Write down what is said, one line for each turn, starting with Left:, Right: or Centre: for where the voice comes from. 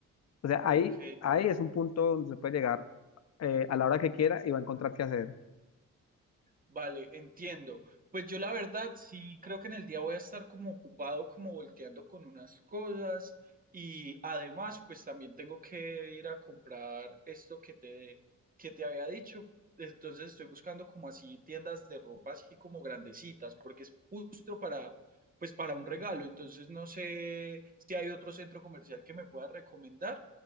Left: O sea,
Right: ok.
Left: ahí, ahí es un punto donde se puede llegar eh, a la hora que quiera y va a encontrar qué hacer.
Right: Vale, entiendo. Pues yo la verdad sí creo que en el día voy a estar como ocupado, como volteando con unas cosas y además pues también tengo que ir a comprar esto que te, que te había dicho. Entonces estoy buscando como así tiendas de ropa así como grandecitas porque es justo para pues para un regalo. Entonces no sé si hay otro centro comercial que me pueda recomendar